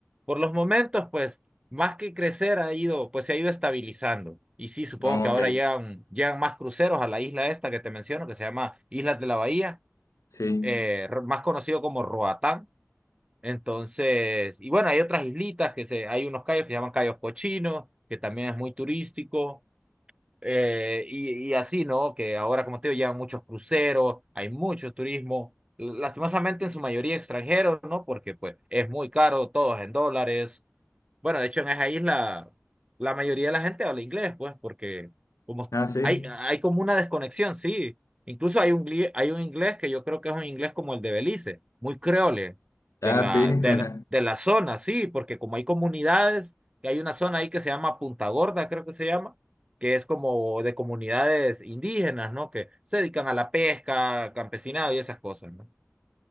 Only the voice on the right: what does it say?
Por los momentos, pues, más que crecer ha ido, pues se ha ido estabilizando. Y sí, supongo
que ahora
llegan, llegan más cruceros a la isla esta que te menciono, que se llama Islas de la Bahía,
eh, ro- más conocido como Roatán. Entonces, y bueno, hay otras islitas que se, hay unos cayos que se llaman Cayos Cochinos, que también es muy turístico. Eh, y, y así, ¿no? Que ahora, como te digo, llegan muchos cruceros, hay mucho turismo, lastimosamente en su mayoría extranjeros, ¿no? Porque pues es muy caro, todo es en dólares, bueno, de hecho en esa isla la mayoría de la gente habla inglés, pues, porque como
hay, hay como una desconexión, sí. Incluso hay un, gli- hay un inglés que yo creo que es un inglés como el de Belice, muy creole de
la,
de la, de la zona, sí, porque como hay comunidades, que hay una zona ahí que se llama Punta Gorda, creo que se llama, que es como de comunidades indígenas, ¿no? Que se dedican a la pesca, campesinado y esas cosas, ¿no?